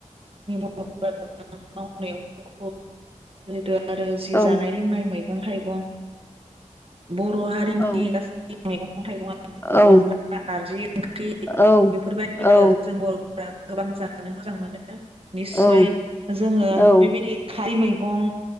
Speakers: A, on the right; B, on the left.
A: माव <unintelligible> आरो जि
B: औ
A: जानाय लोंनाय मैं मैगं थाइगं बर' हारिनि
B: औ
A: गासै मैगं थाइगंया
B: औ
A: अनला नारजि ओंख्रि
B: औ
A: बेफोरबायादिखौ
B: औ
A: जों बर' गोबां जानो मोजां मोनो। निस्सय
B: औ
A: जोङो
B: औ
A: बेबायदि खारै मैगं